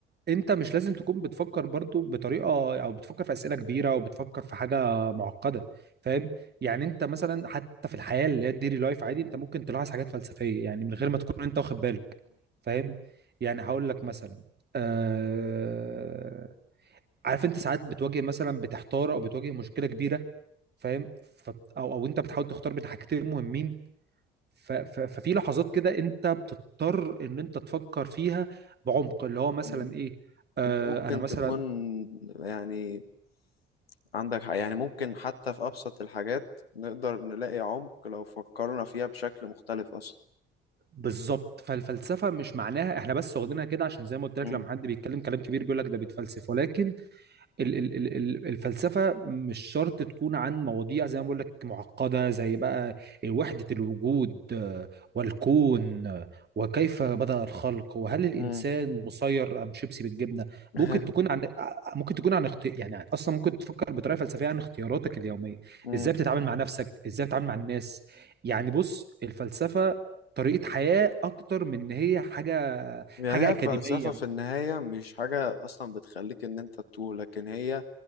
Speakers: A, on the right (about 35°); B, on the left (about 85°).
A: انت مش لازم تكون بتفكر برضو بطريقه او بتفكر في اسئله كبيره او بتفكر في حاجه معقده فاهم يعني انت مثلا حتى في الحياه اللي هي الديلي لايف عادي انت ممكن تلاحظ حاجات فلسفيه يعني من غير ما تكون انت واخد بالك فاهم يعني هقول لك مثلا آه... عارف انت ساعات بتواجه مثلا بتحتار او بتواجه مشكله كبيره فاهم ف... او او انت بتحاول تختار بين حاجتين مهمين ف- ف- ففي لحظات كده انت بتضطر ان انت تفكر فيها بعمق اللي هو مثلا
B: مم.
A: ايه آه
B: انت ممكن
A: انا مثلا
B: تكون يعني عندك حق يعني ممكن حتى في أبسط الحاجات نقدر نلاقي عمق لو فكرنا فيها بشكل مختلف أصلا
A: بالظبط فالفلسفه مش معناها احنا بس واخدينها كده عشان زي ما قلت لك
B: مم.
A: لما حد بيتكلم كلام كبير بيقول لك ده بيتفلسف ولكن ال- ال- ال- ال- الفلسفة مش شرط تكون عن مواضيع زي ما بقول لك معقدة زي بقى وحدة الوجود آه، والكون آه، وكيف بدأ الخلق وهل الإنسان
B: مم.
A: مسير أم شيبسي بالجبنة
B: <laughs>
A: ممكن تكون عن آه، ممكن تكون عن اختي... يعني أصلا ممكن تفكر بطريقة فلسفية عن اختياراتك اليومية
B: مم.
A: إزاي بتتعامل مع نفسك إزاي بتتعامل مع الناس يعني بص الفلسفة طريقة حياة أكتر من إن هي حاجة
B: يعني
A: حاجة
B: هي
A: أكاديمية
B: الفلسفة في النهاية مش حاجة أصلا بتخليك إن أنت تتوه لكن هي